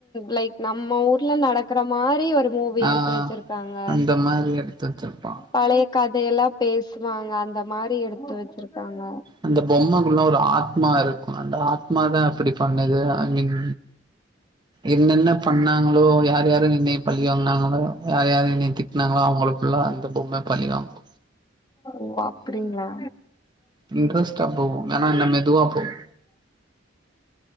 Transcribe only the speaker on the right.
ஆ
அந்த மாரி எடுத்து வச்சிருப்பா
அந்த பொம்மக்குல்ல ஒரு ஆத்மா இருக்கு அந்த ஆத்மா தா அப்டி பண்ணுது ஐ மீன் என்னென்ன பண்ணாங்களோ யார் யார் என்னைய பழி வாங்னாங்களோ யார் யாரு எனய திட் ட்னாங்களோ அவங்கள ஃபுல்லா அந்த பொம்ம பழிவாங்கு
இன்ட்ரெஸ்டா போகு ஆன என்ன மெதுவா போகு